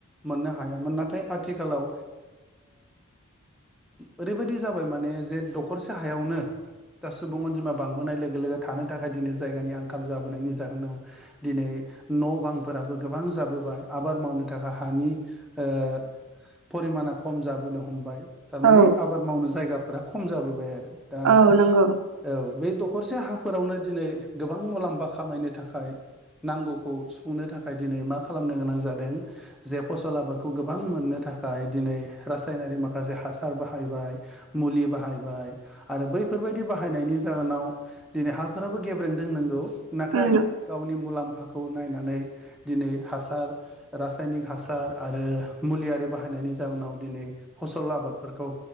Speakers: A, in the centre; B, on the right (about 70°).
A: मोननो हायामोन नाथाय आथिखालाव ओरैबायदि जाबाय माने जे दखरसे हायावनो दा सुबुं अनजिमा बांबोनाय लोगो लोगो थानो थाखाय दिनै जायगानि आंखाल जाबोनायनि जाहोनाव दिनै न' बांफोराबो गोबां जाबोबाय आबाद मावनो थाखाय हानि ओ परिमाना खम जाबोनो हमबाय थारमानि
B: औ
A: आबाद मावनो जायगाफोरा खम जाबो दा
B: औ नंगौ
A: औ बे दखरसे हाफोरावनो दिनै गोबां मुलाम्फा खामायनो नि थाखाय नांगौखौ सुफुंनो थाखाय दिनै मा खालामनो गोनां जादों जे फसल आबादखौ गोबां मोननो थाखाय दिनै रासायनारि माखासे हासार बाहायबाय मुलि बाहायबाय आरो बैफोरबायदि बाहायनायनि जाहोनाव दिनै हाफोराबो गेब्रें दनांगौ नाथाय
B: उम
A: गावनि मुलाम्फाखौ खौ नायनानै दिनै हासार रासायनिक हासार आरो मुलियारि बाहायनायनि जाउोनाव दिनै फसल आबादफोरखौ